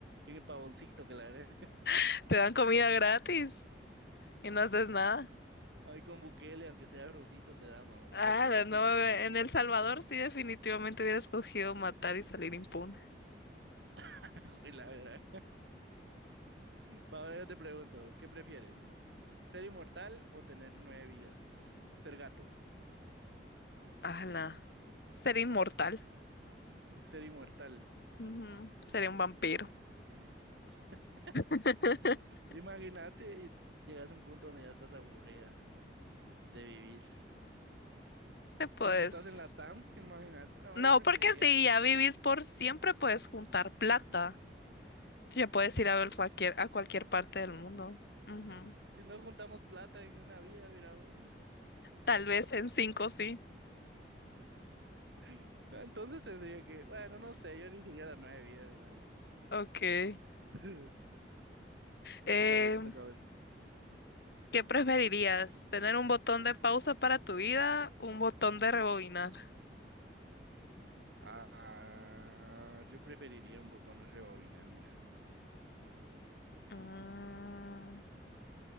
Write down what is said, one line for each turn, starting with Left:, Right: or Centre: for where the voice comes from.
Right: un pavoncito, claro.
Left: <laughs> Te dan comida gratis y no haces nada.
Right: Ay, con Bukele, aunque sea arrocito, te da, ma, o
Left: Ah,
Right: sea, arroz
Left: no,
Right: con frijol.
Left: en El Salvador sí definitivamente hubiera escogido matar y salir impune.
Right: <laughs> Jue La verdad. Va, ahora yo te pregunto, ¿qué prefieres? ¿Ser inmortal o tener nueve vidas? Ser gato,
Left: Ala. Ser inmortal.
Right: ser inmortal.
Left: Ujú, Sería un
Right: <laughs>
Left: vampiro.
Right: Tener nueve vidas. <laughs>
Left: <laughs>
Right: Imagínate, llegas a un punto donde ya estás aburrida de vivir.
Left: Te puedes...
Right: Y si estás en la TAM, imagínate, no,
Left: No,
Right: yo preferiría
Left: porque si
Right: tener.
Left: ya vivís
Right: Sí.
Left: por siempre, puedes juntar plata. Ya puedes ir a ver cualquier, a cualquier parte del mundo. Ujú.
Right: Si no juntamos plata en una vida, mira vos.
Left: Tal vez en cinco sí.
Right: <laughs> Entonces tendría que, bueno, no sé, yo elegiría las nueve vidas, mira vos.
Left: Ok.
Right: <laughs>
Left: Eh,
Right: Dale, te toca
Left: ¿qué preferirías? ¿Tener un botón de pausa para tu vida? ¿Un botón de rebobinar?
Right: Ah, yo preferiría un botón de rebobinar, mira.
Left: Mm.